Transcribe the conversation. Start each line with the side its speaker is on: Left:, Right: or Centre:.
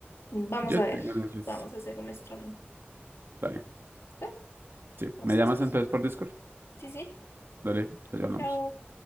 Left: Vamos
Right: Yo
Left: a ver.
Right: tengo Netflix.
Left: Vamos a hacer un streaming.
Right: Está bien.
Left: ¿Listo?
Right: Sí.
Left: Vamos
Right: ¿Me llamas
Left: a discutir.
Right: entonces por Discord?
Left: Sí, sí.
Right: Dale, te llamamos.
Left: Chao.